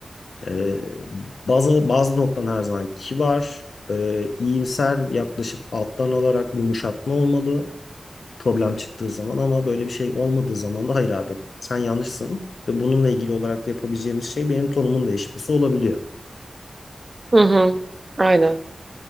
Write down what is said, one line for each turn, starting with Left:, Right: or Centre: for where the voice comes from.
Left: Ee, bazı bazı noktan her zaman kibar, e, iyimser yaklaşıp alttan alarak bir yumuşatma olmalı problem çıktığı zaman ama böyle bir şey olmadığı zaman da hayır abi sen yanlışsın ve bununla ilgili olarak da yapabileceğimiz şey benim tonumun değişmesi olabiliyor.
Right: Hı hı. Aynen.